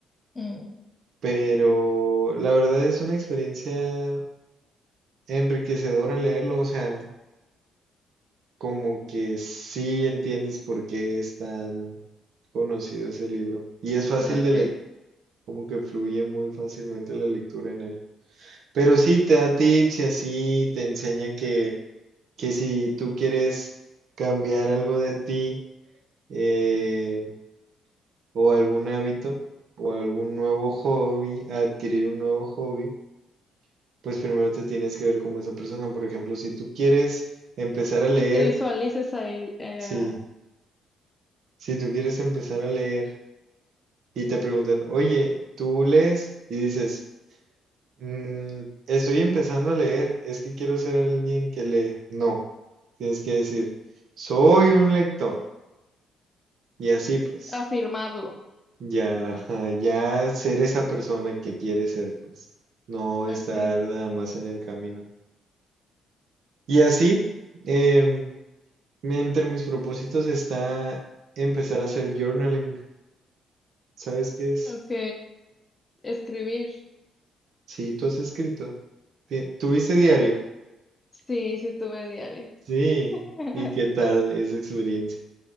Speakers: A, on the left; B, on the right.
A: Mm,
B: pero la verdad es una experiencia enriquecedora leerlo, o sea, como que sí entiendes por qué es tan conocido ese libro. Y es fácil
A: ok.
B: de leer, como que fluye muy fácilmente la lectura en él. Pero sí, te da tips y así te enseña que que si tú quieres cambiar algo de ti eh, o algún hábito o algún nuevo hobby, adquirir un nuevo hobby, pues primero te tienes que ver como esa persona. Por ejemplo, si tú quieres empezar a leer,
A: Que te visualices a, e- eh,
B: sí, si tú quieres empezar a leer y te preguntan, oye, ¿tú lees? Y dices, "Mm, estoy empezando a leer, es que quiero ser alguien que lee. No, tienes que decir, soy un lector. Y así pues.
A: a firmarlo.
B: Ya, ajá, ya ser esa persona que quiere ser, pues, no
A: Ok,
B: estar nada más en el camino. Y así, em, me- entre mis propósitos está empezar a hacer journaling. ¿Sabes qué es?
A: ok. Escribir.
B: Sí, tú has escrito. Ti- ¿Tuviste diario?
A: Sí, sí tuve diario.
B: Sí.
A: <laughs>
B: ¿Y qué tal esa experiencia?